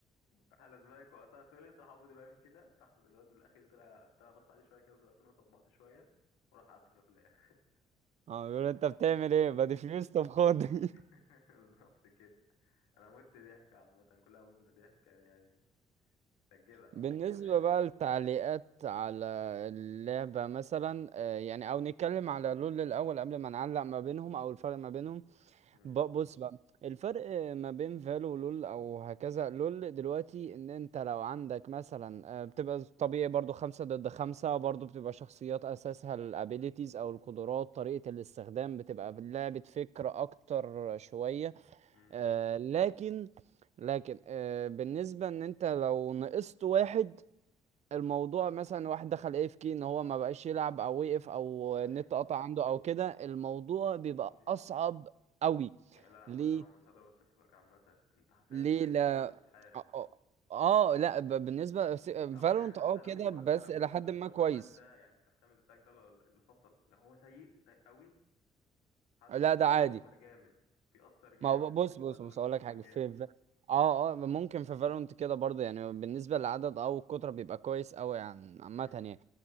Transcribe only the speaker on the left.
راح الأسبانيك وقتها خلص راح فضل واقف كده راح الواد الأخير طلع طلع بص عليه شوية كده فضل واقفين قصاد بعض شوية وراح قتله في الآخر
<laughs> بالظبط كده أنا مت ضحك عامة كلها متنا ضحك كان يعني سجلها
بقى بوريها لك.
مم.
مم.
أيوة
دي-
يا لهوي
أنا مش هقدر أوصف لك عامة أنت حرفيا
أنت حت-
تحس أنت بتحارب
وأنت عموما يعني حتى
لو
لو
ال...
لو
الواد ده يعني أنت الخامس بتاعك ده اللي اللي فصل لو هو سيء سيء قوي حتى
بيأثر
جامد بيأثر جامد
عايز اقولك
بيأثر
جامد
امم